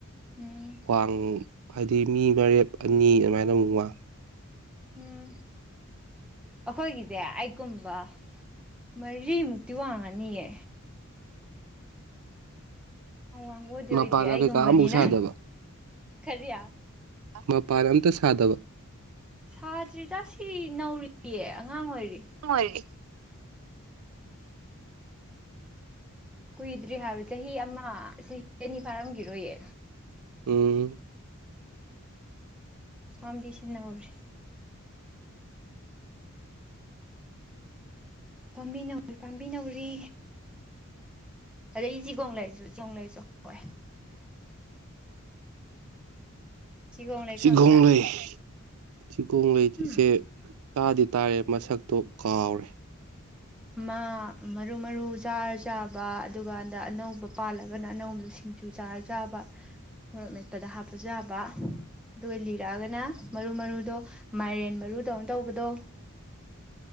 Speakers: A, in the centre; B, on the right (about 75°).
A: ꯎꯝ
B: ꯋꯥꯡ ꯍꯥꯏꯗꯤ ꯃꯤ ꯃꯔꯦꯞ ꯑꯅꯤ ꯑꯗꯨꯃꯥꯏꯅ ꯑꯃꯨꯛ ꯋꯥꯡ
A: ꯎꯝ ꯑꯈꯣꯏꯒꯤꯖꯦ ꯑꯩꯒꯨꯝꯕ ꯃꯔꯤꯃꯨꯛꯇꯤ ꯋꯥꯡꯉꯅꯤꯌꯦ ꯌꯥꯝ ꯋꯥꯡꯕꯕꯨꯗꯤ
B: ꯃꯄꯥꯟ
A: ꯑꯣꯏꯗ꯭ꯔꯤ ꯑꯩꯒꯨꯝꯕꯅꯤꯅ
B: ꯀꯩꯀꯥ ꯑꯃꯐꯥꯎ ꯁꯥꯗꯕ
A: ꯀꯔꯤ
B: ꯃꯄꯥꯟ ꯑꯝꯇꯥ ꯁꯥꯗꯕ
A: ꯁꯥꯗ꯭ꯔꯤꯗ ꯁꯤ ꯅꯧꯔꯤꯌꯦ ꯑꯉꯥꯡ ꯑꯣꯏꯔꯤ
B: ꯑꯉꯥꯡ ꯑꯣꯏꯔꯤ
A: ꯀꯨꯏꯗ꯭ꯔꯤ ꯍꯥꯏꯕ ꯆꯍꯤ ꯑꯃ ꯆꯍꯤ ꯑꯅꯤ ꯐꯥꯔꯝꯒꯤꯔꯣꯏꯌꯦ
B: ꯎꯝ
A: ꯄꯥꯝꯕꯤꯁꯤ ꯅꯧꯔꯤ ꯄꯥꯝꯕꯤ ꯅꯧꯔꯤ ꯄꯥꯝꯕꯤ ꯅꯧꯔꯤ ꯑꯗꯩ ꯆꯤꯒꯣꯡ ꯂꯩꯩꯁꯨ ꯆꯤꯒꯣꯡ ꯂꯩꯁꯨ ꯍꯧꯋꯦ ꯆꯤꯒꯣꯡ ꯂꯩ
B: ꯆꯤꯒꯣꯡ
A: ꯈꯪꯕ꯭ꯔꯥ
B: ꯂꯩ ꯆꯤꯒꯣꯡ ꯂꯩꯁꯦ
A: ꯎꯝ
B: ꯇꯥꯗꯤ ꯇꯥꯔꯦ ꯃꯁꯛꯇꯣ ꯀꯥꯎꯔꯦ
A: ꯑꯃ ꯃꯔꯨ ꯃꯔꯨ ꯆꯥꯔ ꯆꯥꯕ ꯑꯗꯨꯀꯥꯟꯗ ꯑꯅꯧꯕ ꯄꯥꯜꯂꯒꯅ ꯑꯅꯧꯕꯗꯣ ꯁꯤꯡ ꯆꯨ ꯆꯥꯔ ꯆꯥꯕ ꯃꯣꯔꯣꯛ ꯃꯦꯠꯄꯗ ꯍꯥꯞꯄꯖꯨ ꯌꯥꯥꯕ ꯗꯨ ꯂꯤꯔꯛꯑꯒꯅ ꯃꯔꯨ ꯃꯔꯨꯗꯣ ꯃꯥꯏꯔꯦꯟ ꯃꯔꯨꯗꯧꯅ ꯇꯧꯕꯗꯣ